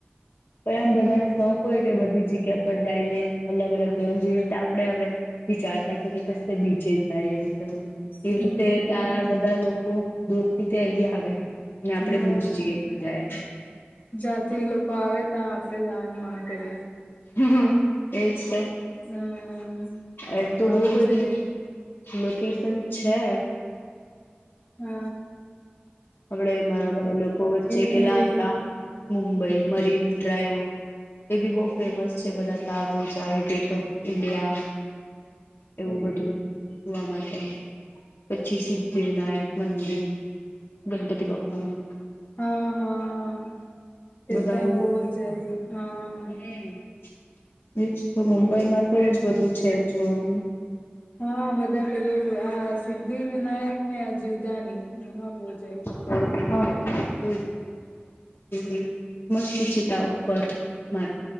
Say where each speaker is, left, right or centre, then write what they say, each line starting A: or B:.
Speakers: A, on the left; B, on the left.
A: તો એમ બધાને શોખ હોય કે, બધી જગ્યા પર જઈને, અલગ -અલગ જીવન જેવી રીતે આપણે આપડે- વિચારતા છે, કે બીચે જાય એમ કરીને એવી
B: હમ
A: રીતે ત્યાંના બધા લોકો - દૂર થી તે અહીંયા આવે, અને આપડે
B: હા
A: બીજી જગ્યા જાય.
B: જ્યાંથી એ લોકો આવે, ત્યાં આપડે જવાની માંગ કરીએ-
A: હું, હું એજ તો,
B: હમ
A: એમ તો
B: આવું
A: બહુ બધી-
B: છે
A: લોકેશન છે.
B: અ..
A: આવડે, મારા ભાઈ લોકો વચ્ચે
B: ની
A: ગેલા
B: રે
A: હતા,
B: હમ
A: મુંબઈ મરીન ડ્રાઈવ- એબી બહુ ફેમસ છે, બનાતા <unintelligible> ગેટ ઓફ ઇન્ડિયા. એવું બધું જોવા માટે પછી સિદ્ધિવિનાયક, મંદિર ગણપતિ બાપ્પાનું
B: હા, હા તેતો
A: બધા
B: અમ બો જય હા
A: હેને. એજ તો મુંબઈમાં તો જ બધું છે જોવાનું
B: હા બધા પેલું આ સિદ્ધિવિનાયકને આ જીવદાની એમાં બો જાય.
A: <unintelligible> એજ ને <unintelligible> છે તાં ઉપર માત